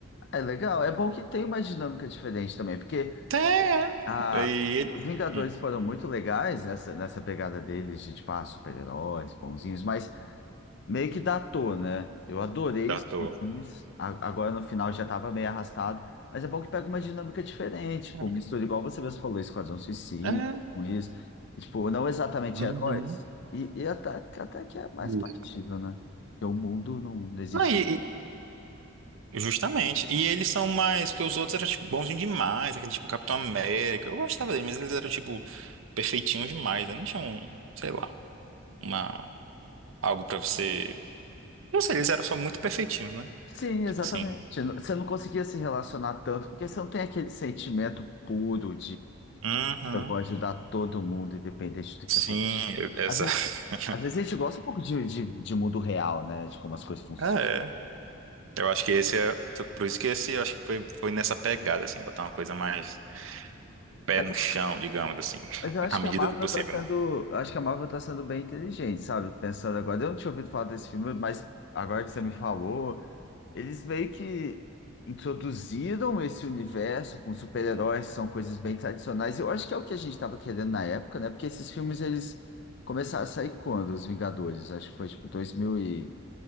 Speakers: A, on the left; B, on the right.
A: é legal, é bom que tem uma dinâmica diferente também, porque
B: Tem, é.
A: ah,
B: E.
A: os Vingadores
B: Hum,
A: foram muito legais nessa, nessa pegada deles de, tipo, ah, super-heróis, bonzinhos, mas Meio que datou, né? Eu adorei
B: da
A: os
B: toa.
A: filmes. A- Agora no final já tava meio arrastado. Mas é bom que pega uma dinâmica diferente. Tipo,
B: É.
A: mistura igual você mesmo falou, Esquadrão Suicida
B: É.
A: com isso. E, tipo, não exatamente
B: Uhum.
A: heróis. E, e até, até que é mais
B: Isso.
A: factível, né? Porque o mundo não, não existe.
B: Não, e, e- justamente. E eles são mais que os outros eram tipo, bonzinhos demais, aquele tipo Capitão América. Eu gostava dele, mas eles eram tipo perfeitinhos demais, né? Não tinham, sei lá, uma algo pra você. Não sei, eles eram só muito perfeitinhos, né?
A: Sim,
B: Tipo
A: exatamente.
B: assim.
A: Você não conseguia se relacionar tanto, porque você não tem aquele sentimento puro
B: Uhum.
A: Eu vou ajudar todo mundo, independente do que
B: Sim,
A: acontecer.
B: exato.
A: Às vezes,
B: <laughs>
A: às vezes a gente gosta um pouco de, de, de mundo real, né? De como as coisas funcionam.
B: É. Eu acho que esse é. Por isso que esse eu acho que foi, foi nessa pegada, assim, botar uma coisa mais. pé
A: Mas,
B: no chão, digamos assim, <laughs>
A: mas eu acho
B: na
A: que
B: medida
A: a Marvel
B: do possível,
A: tá sendo,
B: né?
A: eu acho que a Marvel tá sendo bem inteligente, sabe? Pensando agora, eu não tinha ouvido falar desse filme, mas agora que você me falou, eles meio que introduziram esse universo com super-heróis, são coisas bem tradicionais. Eu acho que é o que a gente estava querendo na época, né? Porque esses filmes eles começaram a sair quando? Os Vingadores, acho que foi tipo 2000 e